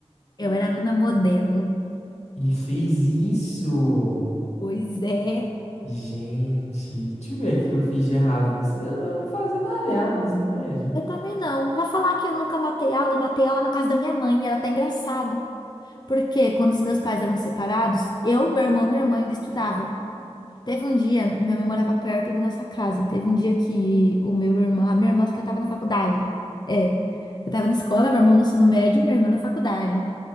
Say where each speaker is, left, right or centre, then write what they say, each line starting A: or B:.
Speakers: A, on the left; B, on the left.
A: Eu era aluna modelo.
B: E fez isso!
A: Pois é.
B: Gente, deixa eu ver o que que eu fiz de errado. no ensino- Eu eu não fazia nada de errado no ensino médio.
A: Eu também não. Pra falar que eu nunca matei aula, eu matei aula na casa da minha mãe. Era até engraçado. Porque quando os meus pais eram separados, eu, meu irmão e minha irmã ainda estudavam. Teve um dia, e minha mãe morava perto da nossa casa. Teve um dia que o meu irmão, a minha irmã acho que estava na faculdade. É, eu tava na escola, meu irmão no ensino médio e minha irmã na faculdade.